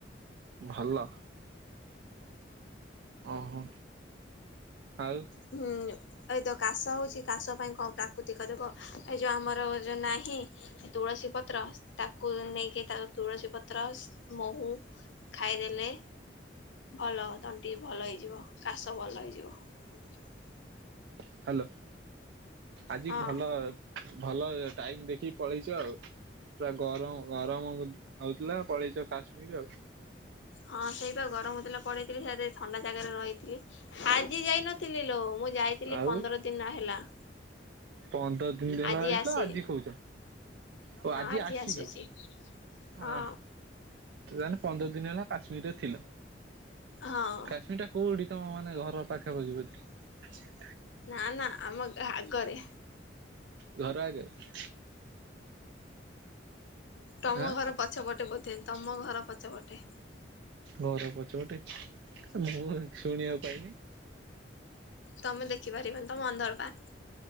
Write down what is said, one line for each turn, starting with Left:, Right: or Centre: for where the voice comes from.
Right: ଭଲ। ଓହୋ ଆଉ।
Left: ହୁଁ। ଏ ତୋ କାଶ ହଉଛି କାଶ ପାଇଁ କଣ ପ୍ରାକୃତିକ ଦେବ ଏଇ ଯୋଉ ଆମର ଯୋଉ ନାହିଁ ତୁଳସୀ ପତ୍ର ତାକୁ ନେଇକି ତା ତୁଳସୀ ପତ୍ର ମହୁ ଖାଇଦେଲେ ଭଲ ତଣ୍ଟି ଭଲ ହେଇଯିବ କାଶ ଭଲ ହେଇଯିବ। <inaudible>
Right: ହ୍ୟାଲୋ ଆଜି
Left: ହଁ
Right: ଭଲ ଭଲ ଟାଇମ୍ ଦେଖି ପଳେଇଛ ଆଉ ପୁରା ଗରମ ଗରମ ହଉଥିଲା ପଳେଇଛ କାଶ୍ମୀର ଆଉ
Left: ହଁ ସେଇପା ଗରମ ହଉଥିଲା ପଳେଇଥିଲି ସିଆଡେ ଥଣ୍ଡା ଜାଗାରେ ରହିଥିଲି। ଆଜି ଯାଇନଥିଲି ଲୋ ମୁଁ ଯାଇଥିଲି
Right: ଆଉ
Left: ପନ୍ଦର ଦିନ ହେଲା।
Right: ପନ୍ଦର ଦିନ ହେଲା
Left: ଆଜି
Right: ଆଇଥିଲ
Left: ଆସି
Right: ଆଜି କହୁଚ? ଓ
Left: ହଁ
Right: ଆଜି ଆସିଲ
Left: ଆସୁଛି ହଁ
Right: ଅ। ତାଳେ ପନ୍ଦର ଦିନ ହେଲା କାଶ୍ମୀରରେ ଥିଲ
Left: ହଁ।
Right: କାଶ୍ମୀରଟା କୋଉଠି ତମ ମାନେ ଘର ପାଖାପଖି ବଧେ? ଆଛା।
Left: ନା ନା ଆମ ଗା ଆଗରେ।
Right: ଘର ଆଗେରେ।
Left: ତମ
Right: ଆଁ
Left: ଘର ପଛପଟେ ବୋଧେ ତମ ଘର ପଛପଟେ।
Right: ଘର ପଛପଟେ ମୁଁ ଶୁଣିବାକୁ ପାଇନି।
Left: ତମେ ଦେଖିପାରିବନି ତମ ଅନ୍ଧରପା।